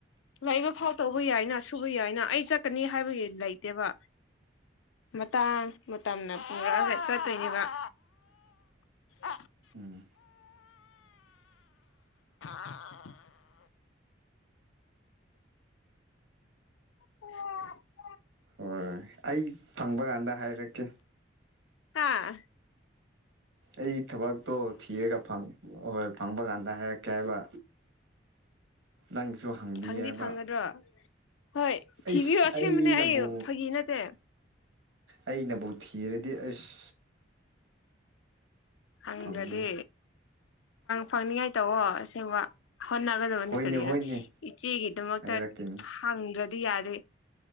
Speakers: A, on the left; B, on the right.
A: ꯂꯩꯕ ꯐꯥꯎ ꯇꯧꯕ ꯌꯥꯏꯅ ꯁꯨꯕ ꯌꯥꯏꯅ ꯑꯩ ꯆꯠꯀꯅꯤ ꯍꯥꯏꯕꯒꯤ ꯂꯩꯇꯦꯕ ꯃꯇꯥꯡ ꯃꯇꯝꯅ ꯄꯨꯔꯥꯒ ꯆ ꯇꯣꯏꯅꯤꯅ ꯑ ꯑ
B: ꯎꯝ
A: ꯑ ꯑꯣ
B: ꯍꯣꯏ ꯑꯩ ꯐꯪꯕ ꯀꯥꯟꯗ ꯍꯥꯏꯔꯛꯀꯦ
A: ꯍꯥꯥ
B: ꯑꯩꯒꯤ ꯊꯕꯛꯇꯣ ꯊꯤꯔꯒ ꯍꯣꯏ ꯐꯪꯕ ꯀꯥꯟꯗ ꯍꯥꯏꯔꯛꯀꯦ ꯍꯥꯏꯕ ꯅꯪꯒꯤꯁꯨ ꯍꯪꯕꯤ
A: ꯐꯪꯗꯤ
B: ꯍꯥꯏꯕ
A: ꯐꯪꯒꯗ꯭ꯔꯣ ꯍꯣꯏ ꯊꯤꯕꯤꯌꯣ
B: ꯑꯩꯁ
A: ꯑꯁꯦꯡꯕꯅꯦ
B: ꯑꯩꯅꯕꯨ
A: ꯑꯩ ꯐꯒꯤ ꯅꯠꯇꯦ
B: ꯑꯩꯅꯕꯨ ꯊꯤꯔꯗꯤ ꯑꯁ
A: ꯍꯪꯗꯗꯤ
B: ꯐꯪꯕꯅꯦ
A: ꯐꯪꯅꯤꯉꯥꯏ ꯇꯑꯣꯣ ꯑꯁꯦꯡꯕ ꯍꯣꯠꯅꯒꯗꯕꯅꯦ
B: ꯍꯣꯏꯅꯦ
A: ꯀꯔꯤꯗ
B: ꯍꯣꯏꯅꯦ
A: ꯏꯆꯦꯒꯤꯗꯃꯛꯇ
B: ꯍꯥꯏꯔꯛꯀꯅꯤ
A: ꯍꯪꯗ꯭ꯔ ꯌꯥꯗꯦ